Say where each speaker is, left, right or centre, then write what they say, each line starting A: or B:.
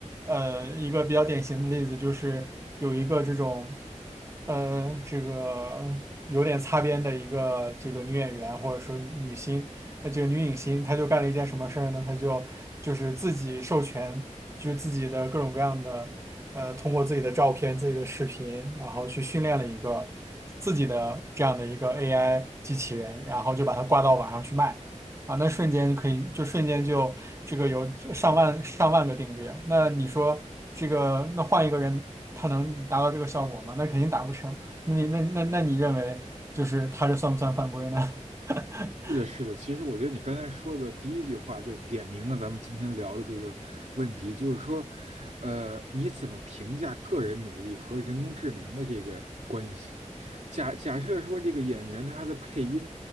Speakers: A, on the right; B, on the right.
A: 呃，一个比较典型的例子就是有一个这种，呃，这个有点擦边的一个这个女演员或者说女星，呃，这个女影星，她就干了一件什么事儿呢？她就就是自己授权，就是自己的各种各样的，呃，通过自己的照片、自己的视频，然后去训练了一个自己的这样的一个 AI 机器人，然后就把它挂到网上去卖。啊，那瞬间可以就瞬间就这个有上万上万个订阅，那你说这个那换一个人他能达到这个效果吗？那肯定达不成。那你那那那你认为就是他这算不算犯规呢？<laughs>
B: 是的，是的。其实我觉得你刚才说的第一句话就点明了咱们今天聊的这个问题，就是说，呃，你怎么评价个人努力和人工智能的这个关系？假假设说这个演员他的配音，